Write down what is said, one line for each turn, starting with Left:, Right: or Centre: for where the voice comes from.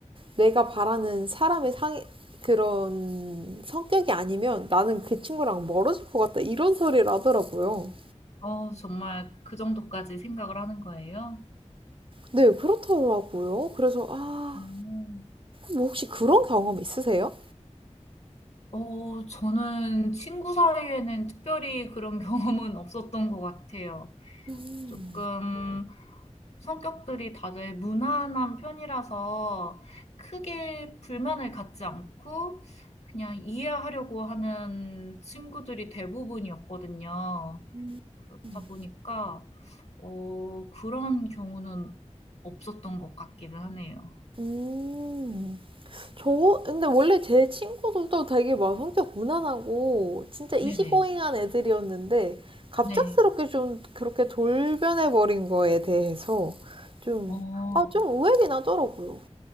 Right: 내가 바라는 사람의 상 그런 성격이 아니면 나는 그 친구랑 멀어질 것 같다 이런 소리를 하더라고요.
Left: 어, 정말 그 정도까지 생각을 하는 거예요?
Right: 네, 그렇더라고요. 그래서 아,
Left: 음.
Right: 뭐 혹시 그런 경험 있으세요?
Left: 어, 저는 친구 사이에는 특별히 그런 <laughs> 경험은 없었던 것 같아요.
Right: 음.
Left: 조금, 성격들이 다들 무난한 편이라서 크게 불만을 갖지 않고 그냥 이해하려고 하는 친구들이 대부분이었거든요.
Right: 음,
Left: 그렇다
Right: 음. 음.
Left: 보니까, 어, 그런 경우는 없었던 것 같기는 하네요.
Right: 음. 음. 저, 근데 원래 제 친구들도 되게 막 성격 무난하고 진짜 이지고잉한
Left: 네네.
Right: 애들이었는데 갑작스럽게
Left: 네.
Right: 좀 그렇게 돌변해버린 거에 대해서 좀,
Left: 어,
Right: 아, 좀 의외긴 하더라고요.